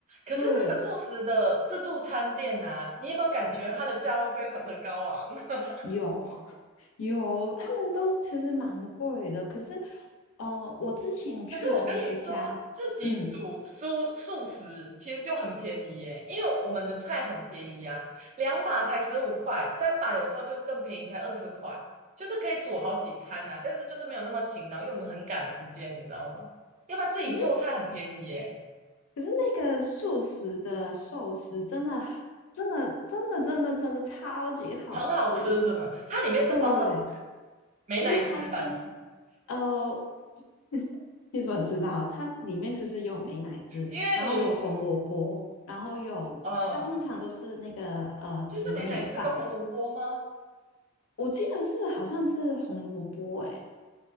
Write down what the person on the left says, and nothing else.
对，
有有，他们都其实蛮贵的，可是呃，我之前去的那一家，
嗯，
可是可是那个素食的寿司真的真的真的真的真的超级好吃。
对，
其实它是，呃，<laughs> 你怎么知道？它里面其实有美乃滋，
然后有红萝卜，然后有它通常都是那个呃紫米饭，
我记得是好像是红萝卜，诶，